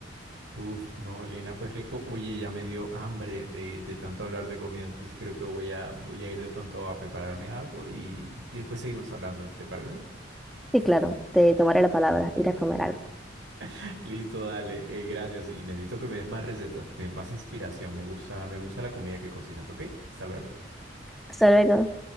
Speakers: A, on the right (about 75°); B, in the centre.
A: Uf, no, Lina, pues rico. Oye, ya me dio hambre de, de tanto hablar de comida, entonces creo que voy a, voy a ir de pronto a prepararme algo y después seguimos hablando, ¿te parece?
B: Sí, claro, te tomaré la palabra, ir a comer algo.
A: <laughs> Listo, dale, eh, gracias. Y necesito que me des más recetas, pe- más inspiración. Me gusta, me gusta la comida que cocinas, ¿ok? Hasta luego.
B: Hasta luego.